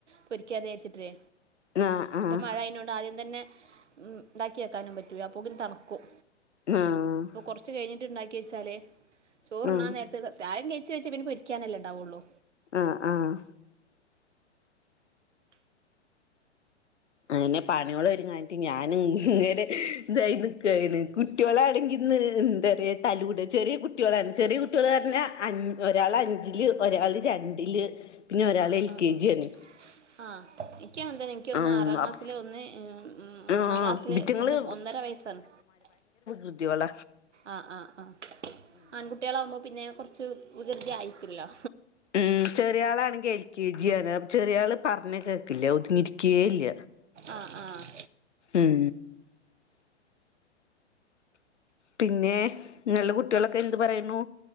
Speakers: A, on the right (about 75°); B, on the left (about 75°).
A: പൊരിക്കാതെ ച്ചിട്ടേ
B: ആഹ് ആഹ്
A: ഇപ്പം മഴ അയിനോണ്ട് ആദ്യം തന്നെ ഇതാക്കി വെക്കാനും പറ്റൂല്ല അപോക്കിന് തണുക്കും
B: ഉം
A: കൊറ്ച്ച് കഴിട്ട് ഇണ്ടാക്കി വെച്ചാല് ചോറ്
B: ആഹ്
A: തിന്നാൻ നേരത്ത് തായം കഴിച്ചച്ച് പിന്നെ പൊരിക്കാനെല്ലേ ഇണ്ടാവുള്ളൂ
B: ആഹ് ആഹ് അങ്ങനെ പണിഓള് ഒരുങ്ങാൻ നിട്ട് ഞാ അയിന് ഇങ്ങനെ ഇതായി നിക്കാണ് കുട്ട്യോളാഅടങ്ങി ന്ന് എന്താ റിയാ തലൂട് ചെറിയ കുട്ടികളാണ് ചെറിയ കുട്ട്യാള് പറഞ്ഞാ ഒരാള് അഞ്ചില് ഒരാള് രണ്ടില് പിന്നെ ഒരാള്
A: ആഹ്
B: എൽ
A: ആഹ്
B: കെ
A: ആഹ്
B: ജി ആണ്
A: ആഹ് ഇക്ക വന്ത <unintelligible> ഇക്ക ഒന്ന്
B: ഉം
A: ആറാം ക്ലാസില്
B: അപ്
A: ഒന്ന്
B: ആഹ്
A: മൂന്നാം ക്ലാസില്
B: ഇബിറ്റിങ്ങള്
A: ഒന്ന് ഒന്നര വയസ്സാണ്
B: യുദ്ധി ഓള
A: ആഹ് ആഹ് ആഹ് ആൺകുട്ടികളാകുമ്പോ പിന്നെ കൊറച്ച് വികൃതി ആയിക്കു ല്ലോ
B: ഉം ചെറിയ ആളാണെങ്കിൽ എൽ കെ ജി ആണ് ചെറിയ ആള് പറഞ്ഞ കേക്കില്ല ഒതുങ്ങിരിക്കേ ഇല്ല
A: ആഹ് ആഹ്
B: ഉം പിന്നെ നിങ്ങളെ കുട്ട്യാളൊക്കെ എന്ത് പറയുണു